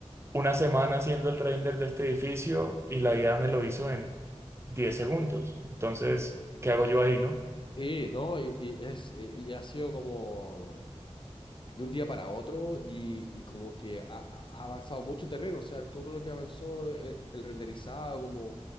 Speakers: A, on the right (about 25°); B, on the left (about 45°).
A: una semana haciendo el render de este edificio y la idea me lo hizo en 10 segundos. Entonces,
B: Sí,
A: ¿qué hago yo ahí, no?
B: Sí, ¿no? Y, y es, y ha sido como... de un día para otro y, y como que ha, ha avanzado mucho terreno, o sea, todo lo que avanzó, el, el renderizado como,